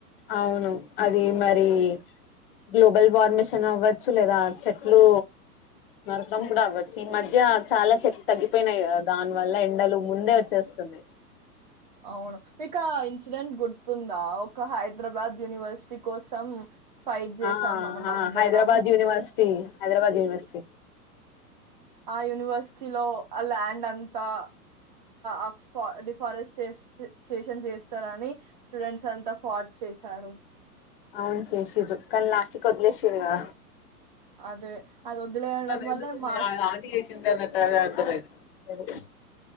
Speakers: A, on the left; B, on the right.
A: అవును అది మరి గ్లోబల్ వార్మిషన్ అవ్వచ్చు, లేదా చెట్లు నరకడం కూడా అవ్వచ్చు. ఈ మధ్య చాలా చెట్లు తగ్గిపోయినాయి దాని వల్ల ఎండలు ముందే వచ్చేస్తున్నాయి.
B: అవును మీకు ఇన్సిడెంట్ గుర్తుందా. ఒక హైదరాబాద్ యూనివర్సిటీ కోసం ఫైట్ చేసాం
A: ఆ
B: మనం
A: ఆ
B: అందరం
A: హైదరాబాద్ యూనివర్సిటీ, హైదరాబాద్ యూనివర్సిటీ.
B: ఆ యూనివర్సిటీలో ఆ ల్యాండ్ అంతా ఆ డిఫారెస్ట్ చేషన్ చేస్తారని స్టూడెంట్స్ అంతా ఫార్ట్ చేశారు.
A: అవును చేేసిరు కానీ లాస్టుకి వదిలేసుర్ ఇంగా
B: అదే అది వదిలేయడం
A: అనా
B: వల్ల
A: ఎందు సన్న
B: మార్చ్
A: ఆది చింత నట్ట అర్ధమయితలే